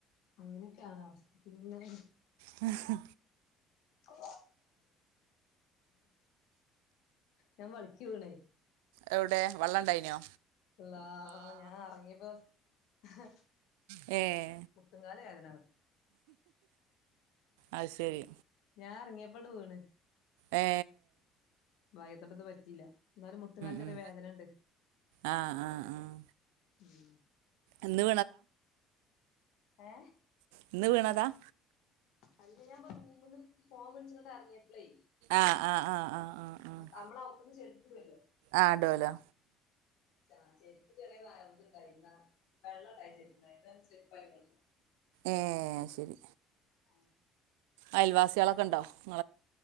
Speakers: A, on the left (about 75°); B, on the right (about 80°).
A: അങ്ങനെയൊക്കെയാണ് അവസ്ഥ പിന്നെ
B: ഹ്ഹ്
A: ഓ ഞാൻ വളിക്ക വീണേ
B: എവിടെ വള്ളം ഇണ്ടായിനോ
A: അല്ലാ ഞാൻ ഇറങ്ങിയപ്പോ ഹ്
B: ഏ
A: മുട്ട്കാലു വേദന
B: അത് ശരി
A: ഞാൻ ഇറങ്ങിയപ്പാട് വീണ്
B: ഏ
A: ഭാഗ്യത്തിന്റെത്ത് പറ്റിയില്ല എന്നാലും മുട്ടും കാല ചെറിയ
B: ഉം
A: വേദനുണ്ട്
B: ആഹ് ആഹ് ആഹ്
A: ഉം
B: ഇന്ന്
A: ഏ
B: ഇന്നെ വേണതാണ്
A: അല്ല ഞാൻ റൂമന്ന് ഫോം വിളിച്ചിട്ട ഇങ്ങിയ
B: ആഹ് ആഹ് ആഹ് ആഹ് ആഹ് ആഹ്
A: നമ്മളവിത്തന്ന് ചെരുപ്പ ഇടുല്ലോ
B: ആഹ് ഡോലോ
A: ആ ചെരുപ്പ് ചെറിയ നായ ഇണ്ടായി ഇന്ന വെള്ള ഇണ്ടായി ചെപ്പണ്ട ചെപ്പായിള്ളു
B: ഏ ശരി
A: ആ
B: അയൽവാസികളൊക്കെ ഉണ്ടോ നി